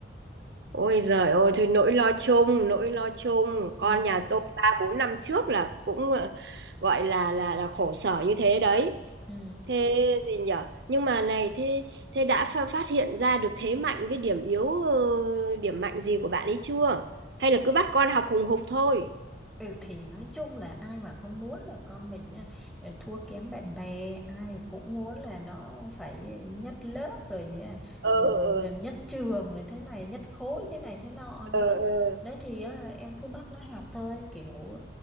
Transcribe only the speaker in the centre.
ừ
ừ
Ừ, thì nói chung là ai mà không muốn là con mình á, ờ, thua kém bạn bè ai cũng muốn là nó phải nhất lớp rồi nhá,
ừ, gần nhất trường rồi thế này nhất khối thế này thế nọ
nữa
đấy thì á, em cứ bắt nó học thôi kiểu